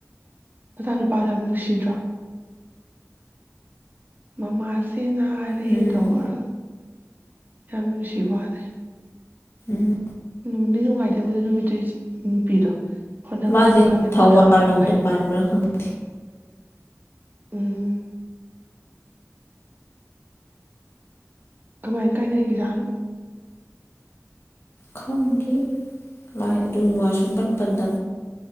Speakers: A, on the right (about 35°); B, on the left (about 50°).
A: ꯑꯣꯖ ꯅꯨꯄꯥꯗꯨ ꯌꯥꯝ ꯅꯨꯡꯁꯤꯗ꯭ꯔꯣ ꯃꯃꯥꯁ ꯇꯦꯟꯅꯔꯦ
B: ꯎꯝ
A: ꯇꯧꯔꯥ ꯌꯥꯝ ꯅꯨꯡꯁꯤꯕꯥ ꯋꯥꯅꯦ
B: ꯎꯝ
A: ꯅꯨꯡꯗꯤ ꯅꯨꯡꯉꯥꯏꯇꯦꯕꯗ ꯅꯨꯃꯤꯇꯩ ꯅꯨꯄꯤꯗꯣ ꯍꯣꯠꯅꯕ
B: ꯃꯥꯁꯦ
A: ꯌꯥꯝ ꯀꯜꯂꯦ
B: ꯊꯧꯕꯥꯜ
A: ꯃꯥ ꯊꯕꯛ ꯌꯥꯝ
B: ꯂꯣꯝꯗ
A: ꯐꯩ
B: ꯄꯥꯟꯕ꯭ꯔꯥ ꯈꯪ <inaudible>
A: ꯎꯝ ꯀꯃꯥꯏ ꯀꯥꯏꯅꯒꯤꯖꯥꯠꯅꯣ
B: ꯈꯡꯒꯤ ꯂꯥꯏ ꯑꯗꯨ ꯋꯥꯁꯔꯨꯝ ꯄꯟ ꯄꯟꯗ